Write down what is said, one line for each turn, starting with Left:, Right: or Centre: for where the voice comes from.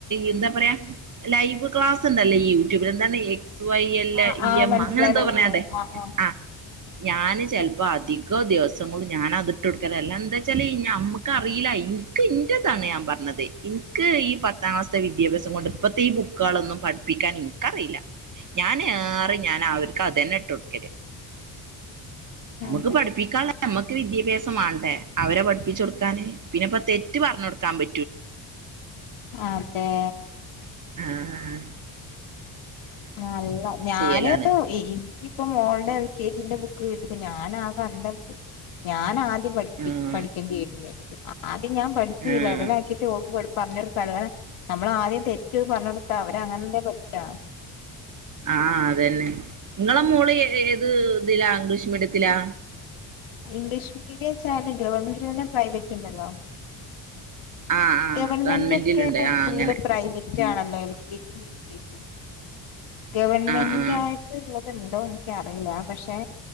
Right: എന്താ പറയാ ലൈവ് ക്ലാസ്ണ്ടല്ലോ ഈ യൂട്യൂബില് എന്താണ് എക്സ് വൈ എല്
Left: ആഹ്
Right: എ.
Left: ആഹ്
Right: ഇയമ്മ
Left: മനസ്സിലായി
Right: അങ്ങനെ എന്തോ
Left: മനസ്സിലായി
Right: പറഞ്ഞ്ങ്ങാണ്ട്
Left: ആഹ്
Right: ആ ഞാന് ചിലപ്പോ അധികോ ദിവസംകൊണ്ട് ഞാൻ. ന്നാ അത് ഇട്ട് കൊടുക്കലല്ല. ന്താ വെച്ചാല് ഞമ്മക്ക് അറിയില്ല ഇൻക്ക് ഇന്റെതാണ് ഞാൻ പറഞ്ഞത് ഇൻക്ക്. ഈ പത്താം ക്ലാസ്ത്തെ വിദ്യാഭ്യാസം കൊണ്ട് ഇപ്പത്തെ ഈ ബുക്കേളൊന്നും പഠിപ്പിക്കാൻ ഇൻക്കറീല ഞാന്. ഞാൻ അവർക്ക് അതന്നെ ഇട്ട് കൊടുക്കല്.
Left: ആഹ്
Right: അമ്മക്ക് പഠിപ്പിക്കാള്ള അമ്മക്ക് വിദ്യാഭ്യാസം വാണ്ടേ അവരെ പഠിപ്പിച്ചൊടുക്കാന്. പിന്നെപ്പൊ തെറ്റ് പറഞ്ഞൊടുക്കാൻ പ
Left: അതെ.
Right: ആ ആ.
Left: നല്ല ഞാന്
Right: ചെയ്യലാണ്
Left: ഇനിക്ക് ഇപ്പോ മോൾടെ എൽ കെജിന്റെ ബു <inaudible> ഞാൻ ആ കണ്ട ഞാൻ ആദ്യം പഠി
Right: ആഹ്
Left: പഠിക്കെണ്ടേരും വിചാര്ച്ച്. ഞാൻ പഠിച്ച്
Right: ആഹ്
Left: ലെവലാക്കീട്ട് ഓക്ക് പറഞ്ഞൊടുക്കാലോ കാരണം ഞമ്മള് ആദ്യം തെ പറഞ്ഞൊടുത്താ അവര് അങ്ങനല്ലെ പഠിക്കാ.
Right: ആ അതന്നെ ഇങ്ങളെ മോള് ഏത് ഇതിലാ ഇംഗ്ലീഷ് മീഡിയത്തിലാ.
Left: ഇംഗ്ലീഷ് മീഡിയംച്ചാ ഗവൺമെന്റിലെന്നെ പ്രൈവെറ്റ് ഇണ്ടല്ലോ.
Right: ആഹ് ആഹ്
Left: ഗവൺമെന്റ്
Right: ഗവൺമെന്റിലുണ്ട്
Left: ഒക്കെ
Right: ആഹ്
Left: ഫുള്ള്
Right: അങ്ങനെ
Left: പ്രൈവ <unintelligible> എൽ കെ ജി ഉം യൂ കെ ജി ഉം. ഗവൺമെന്റ്
Right: ആഹ് ആഹ്
Left: ആയിട്ട്ള്ളത്ണ്ടോ ഇൻക്കറീലപക്ഷെ